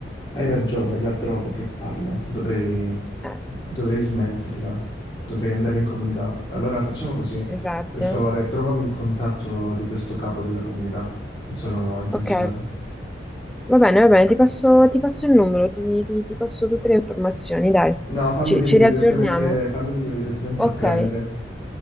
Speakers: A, on the left; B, in the centre.
A: hai ragione, è la droga che parla. Dovrei,
B: Eh,
A: dovrei smetterla, dovrei andare in comunità. Allora facciamo così,
B: esatto.
A: per favore, trovami il contatto di questo capo della comunità. Mi sono intenzionato.
B: Ok, Va bene, va bene, ti passo, ti passo il numero, ti, ti- ti passo tutte le informazioni, dai,
A: No, fammi
B: ci,
A: venire
B: ci riaggiorniamo.
A: direttamente, fammi venire direttamente
B: Ok,
A: a prendere.